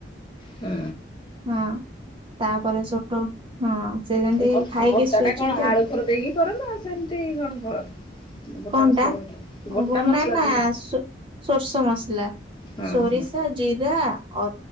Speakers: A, on the left; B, on the right.
A: ହଁ।
B: ହଁ। ତାପରେ <unintelligible> ହଁ। ସେ ଯେମିତି
A: ଏ ଗୋ
B: ଖାଇକି
A: ଗୋଟା
B: ଶୋଇଛନ୍ତି
A: ଟା କଣ
B: ଆଉ
A: ଆଳୁ ପୁର ଦେଇକି କର ନା ସେମିତି କଣ କର? ଗୋଟା
B: କଣ
A: ମସଲା
B: ଟା?
A: ଭଜା ଗୋଟା
B: ଗୁ
A: ମସଲା
B: ନା ନା
A: ଯୋଉ
B: ସୋରିଷ ମସଲା।
A: ହଁ
B: ସୋରି
A: ହଁ
B: ଷ, ଜିରା ଅ